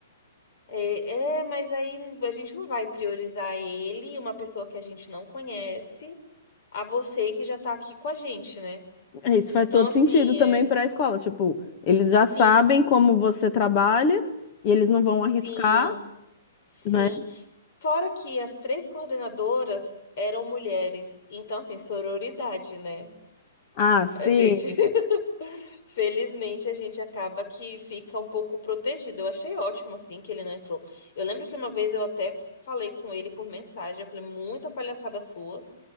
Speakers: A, on the left; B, on the left.
A: É, é, mas aí a gente não vai priorizar ele, uma pessoa que a gente não conhece, a você que já tá aqui com a gente, né?
B: É, Isso faz
A: Então,
B: todo
A: assim,
B: sentido também
A: é,
B: para a escola. Tipo, eles já
A: sim,
B: sabem como você trabalha e eles não vão
A: sim.
B: arriscar,
A: Sim.
B: né?
A: Fora que as três coordenadoras eram mulheres. Então, assim, sororidade, né?
B: Ah, sim,
A: A gente. <laughs> Felizmente, a gente acaba que fica um pouco protegido. Eu achei ótimo, assim, que ele não entrou. Eu lembro que uma vez eu até falei com ele por mensagem. Eu falei, muita palhaçada sua